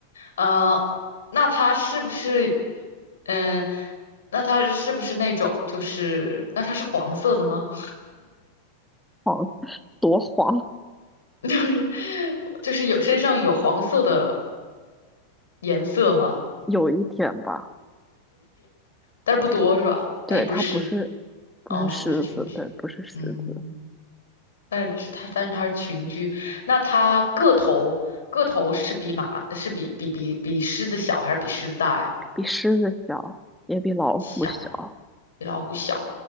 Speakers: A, on the left; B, in the centre.
A: 呃，那它是不是，嗯、那它是是不是那种就是，那它是黄色的吗？
B: 黄，多黄，
A: <laughs> 就是就是有身上有黄色的颜色吗？
B: 有一点吧。
A: 但是不多是吧？
B: 对，
A: 那也不是狮子，
B: 它不是不是狮子，
A: 哦，狮子是群居，
B: 对，不是狮子，
A: 嗯，但是它但是它是群居，那它个头个头是比马是比比比比狮子小还是比狮子大呀？
B: 比狮子小，也比老虎小，
A: 小，比老虎小，